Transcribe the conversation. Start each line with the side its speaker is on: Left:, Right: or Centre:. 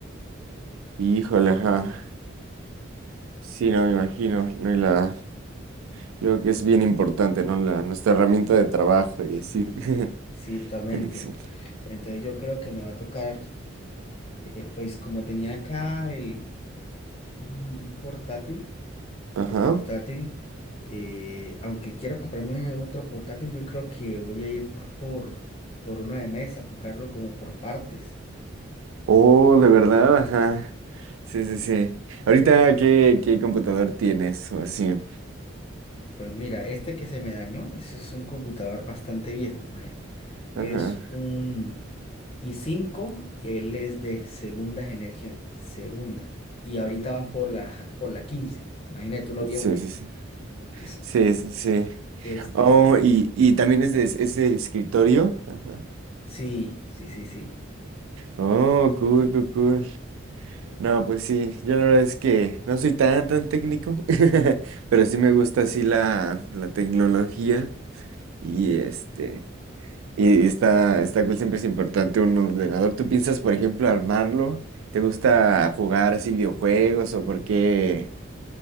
Right: Híjole, ajá. Sí, no me imagino. No, y la, creo que es bien importante, ¿no? La, nuestra herramienta de trabajo y
Left: Sí,
Right: así. <laughs>
Left: sí, totalmente.
Right: Conexión.
Left: Entonces yo creo que me va a tocar, eh, pues como tenía acá el, un, un portátil,
Right: Ajá.
Left: o sea, un portátil, eh, aunque quiero comprarme otro portátil, yo creo que voy a ir por, por, por uno de mesa, comprarlo como por partes.
Right: Oh, de verdad, ajá. Sí, sí, sí. Ahorita, ¿qué, qué computador tienes? O así.
Left: Pues mira, este que se me dañó, ese es un computador bastante viejo, imagínate. Es
Right: Ajá.
Left: un i5, él es de segunda generación, segunda. Y ahorita van por la, por la quince, Imagínate tú lo viejo
Right: Sí,
Left: que
Right: sí,
Left: es.
Right: sí.
Left: <laughs>
Right: Sí, sí, sí.
Left: Este,
Right: Oh, y, y también es de, es de escritorio. Ajá.
Left: sí, sí, sí, sí.
Right: Oh, cool, cool, cool.
Left: Eh,
Right: No, pues sí, yo la verdad es que no soy tan, tan técnico, <laughs> pero sí me gusta así la, la tecnología y este, y está, está cool, siempre es importante un ordenador. ¿Tú piensas, por ejemplo, armarlo? ¿Te gusta jugar así videojuegos o por qué?